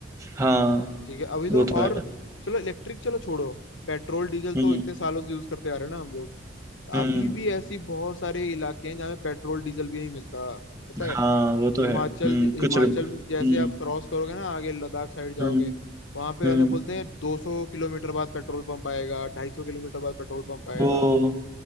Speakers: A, on the right; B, on the left.
A: हाँ
B: ठीक है अभी तो
A: वो
B: और
A: तो है
B: चलो इलेक्ट्रिक चलो छोड़ो पेट्रोल डीजल
A: हम्म
B: तो इतने सालों से यूज करते आ रहे हैं ना हम लोग
A: हम्म
B: अभी भी ऐसी बहुत सारे इलाके हैं जहाँ पे पेट्रोल डीजल भी नहीं मिलता पता
A: हाँ
B: है
A: वो तो
B: हिमाचल
A: है हम्म
B: हिमाचल
A: कुछ रिम- हम्म
B: जैसे आप क्रॉस करोगे ना आगे लद्दाख साइड जाओगे
A: हम्म
B: वहां पे
A: हम्म
B: ऐसे बोलते हैं 200 किलोमीटर बाद पेट्रोल पंप आएगा 250 किलोमीटर बाद पेट्रोल पंप आएगा
A: वो